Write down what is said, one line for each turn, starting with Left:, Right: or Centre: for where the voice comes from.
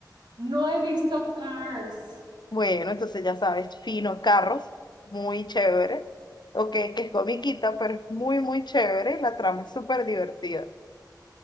Right: No he visto Cars.
Left: Bueno, entonces ya sabes, finos carros, muy chévere. Ok, que es comiquita, pero es muy, muy chévere y la trama es súper divertida.